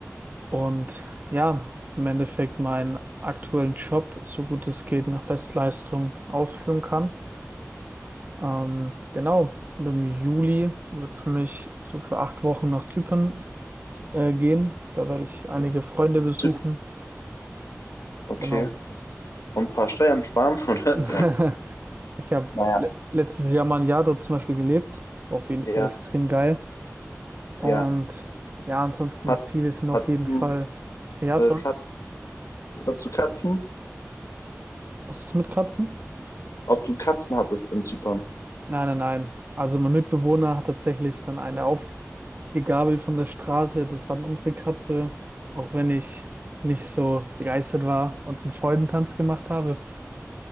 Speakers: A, on the right; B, on the left.
A: und ja, im Endeffekt meinen aktuellen Job, so gut es geht, nach Bestleistung ausführen kann. Ähm, genau, und im Juli wird es mich so für acht Wochen nach Zypern äh, gehen. Da werde ich einige Freunde
B: Nach
A: besuchen.
B: Zypern. Okay.
A: Genau.
B: Und ein paar Steuern sparen, <laughs> oder?
A: <laughs> Ich habe
B: Naja,
A: le letztes Jahr mal ein Jahr dort zum Beispiel gelebt. War auf jeden
B: ja,
A: Fall extrem geil. Und
B: ja.
A: ja, ansonsten
B: Hat,
A: die Ziele sind auf
B: hattest
A: jeden
B: du,
A: Fall. Ja,
B: äh,
A: sorry.
B: Kat hattest du Katzen?
A: Was ist mit Katzen?
B: Ob du Katzen hattest in Zypern?
A: Nein, nein, nein. Also mein Mitbewohner hat tatsächlich dann eine aufgegabelt von der Straße. Das war dann unsere Katze. Auch wenn ich jetzt nicht so begeistert war und einen Freudentanz gemacht habe.